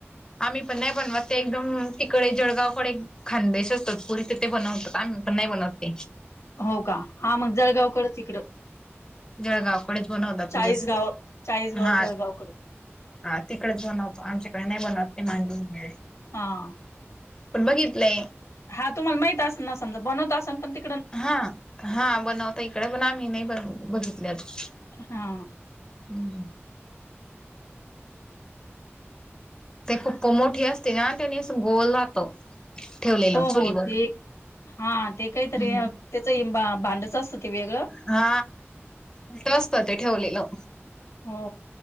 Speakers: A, on the left; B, on the left.
A: आम्ही पण नाही बनवत ते एकदम तिकडे जळगावकडे खानदेश असतं पुढे ते बनवतात आम्ही पण नाही बनवत ते
B: हो का हा मग जळगावकडच इकडं
A: जळगावकडेच बनवता ते
B: चाळीसगाव
A: जास्त
B: चाळीसगाव
A: हा
B: जळगावकड
A: हा तिकडच बनवतो आमच्याकडे नाही बनत ते मांजून मिळे.
B: हा
A: पण बघितले.
B: हा तुम्हाला माहित असन नसण बनवत असणं पण ते
A: हा हा बनवता इकडे पण आम्ही नाही बन बघितले अजून
B: हा
A: हम्म. ते खूप पण मोठी असते ना आणि त्यानी अस गोल राहतो. ठेवलेलं
B: हो
A: चुलीवर
B: हो ते हा ते काहीतरी
A: हम्म
B: त्याच भांडच असतं ते वेगळं
A: हा उलटं असतं ते ठेवलेलं.
B: हो